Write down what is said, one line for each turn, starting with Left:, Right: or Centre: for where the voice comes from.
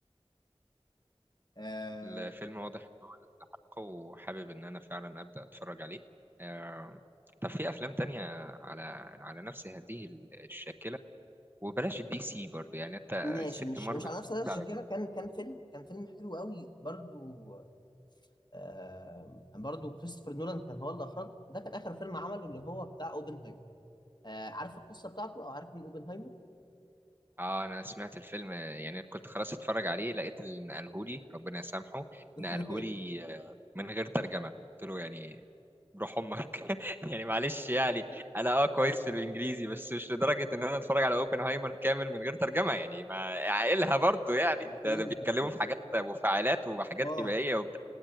Left: آه
Right: الفيلم واضح إن هو حق وحابب ان انا فعلا ابدا اتفرج عليه آه، طب في افلام تانية على على نفس هذه ال- الشاكلة وبلاش الدي سي برضو يعني انت
Left: ماشي
Right: سبت
Left: مش
Right: مارفل
Left: مش على نفس الشكل
Right: على
Left: كده كان كان فيلم كان فيلم حلو قوي برضو آم، برضو كريستوفر نولان كان هو اللي اخرجه ده كان اخر فيلم عمله اللي هو بتاع اوبنهايمر آه، عارف القصه بتاعته او عارف مين اوبنهايمر
Right: اه انا سمعت الفيلم يعني كنت خلاص اتفرج عليه لقيت اللي نقلهولي ربنا يسامحه
Left: <laughs>
Right: نقلهولي آه، من غير ترجمة قلت له يعني بروح امك <laughs> يعني معلش يعني انا اه كويس في الانجليزي بس مش لدرجة ان انا اتفرج على اوبنهايمر كامل من غير ترجمة يعني ما عقلها برضه يعني
Left: الفيلم
Right: ده, ده بيتكلموا
Left: كان
Right: في حاجات مفاعلات وحاجات
Left: اه
Right: كيميائية وبتاع